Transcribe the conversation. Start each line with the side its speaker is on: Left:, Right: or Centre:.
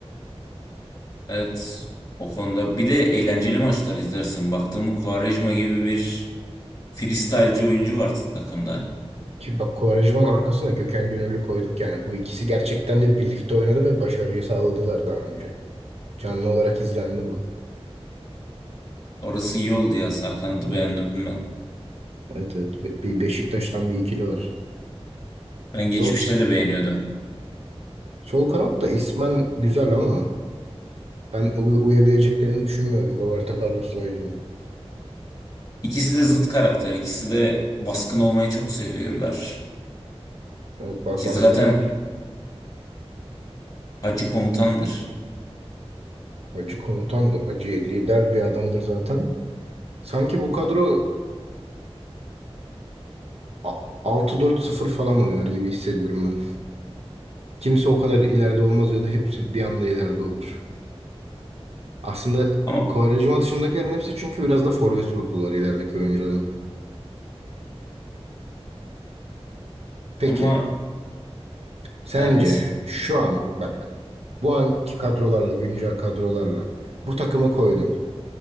Left: Evet o konuda bir de eğlenceli maçlar izlersin. Baktım Quaresma gibi bir freestyle'ci oyuncu var takımda.
Right: Ki bak Quaresma'nın arkasına Gökhan Gönüllü koyduk yani. Bu ikisi gerçekten de birlikte oynadı ve başarıyı sağladılar daha önce. Canlı olarak izlendi bu.
Left: Orası iyi oldu ya sağ kanadı beğendim ben.
Right: Evet evet. Be- Bir Beşiktaş'tan bir ikili var.
Left: Ben
Right: Sol,
Left: geçmişte de beğeniyordum.
Right: sol kanat da ismen güzel ama ben u- uyabileceklerini düşünmüyorum Roberto Carlos'la Hacı'nın.
Left: İkisi de zıt karakter. ikisi de baskın olmayı çok seviyorlar.
Right: Evet bak
Left: Ki
Right: baskınlar.
Left: zaten Hacı komutandır.
Right: Hacı komutandır. Hacı lider bir adamdır zaten. Sanki bu kadro a- 6-4-0 falan oynar gibi hissediyorum ben. Kimse o kadar ileride olmaz ya da hepsi bir anda ileride olur. Aslında
Left: Ama
Right: Quaresma dışındakilerin hepsi çünkü biraz da forvet ruhlular ilerideki oyuncuların. Peki.
Left: ama
Right: Sence
Left: evet
Right: şu an bak bu anki kadrolarla güncel kadrolarla bu takımı koydun